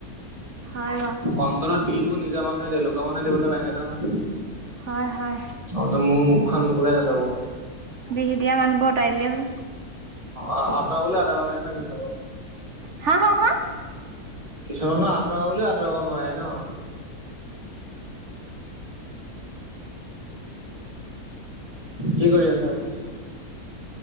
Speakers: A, on the right; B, on the right.
A: হয় বাৰু
B: অন্তৰত বিহবোৰ নিজা মানুহে দিয় লুকা মানুহে দিবলৈ নাহে নহয়।
A: হয় হয়।
B: অ ত মোৰ মুখন খোলাই নলব।
A: বিহি দিয়া মানুহবোৰ অতৰাই দিলেই হ'ল।
B: অ আটা বলে অতৰাব নাই ন কি <inaudible>
A: হা হা হা?
B: কিছুমানহ আঁতৰাব বুলিও আঁতৰাব নোৱাৰে ন। কি কৰি আছো আপুনি?